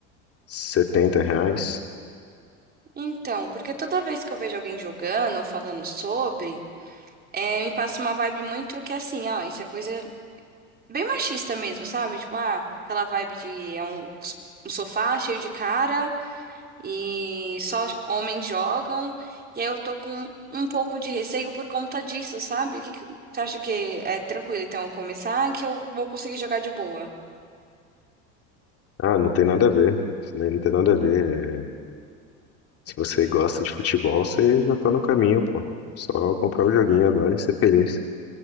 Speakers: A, on the left; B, on the right.
A: 70 reais.
B: Então, porque toda vez que eu vejo alguém jogando ou falando sobre, é, me passa uma vibe muito que é assim, ó, isso é coisa bem machista mesmo, sabe? Tipo, ah, aquela vibe de é um, um sofá cheio de cara e só homens jogam. E aí eu tô com um pouco de receio por conta disso, sabe? O que que você acha que é tranquilo então começar que eu vou conseguir jogar de boa?
A: Ah, não tem nada a ver. Isso daí não tem nada a ver. Se você gosta de futebol, você já tá no caminho, pô. Só comprar o joguinho agora e ser feliz.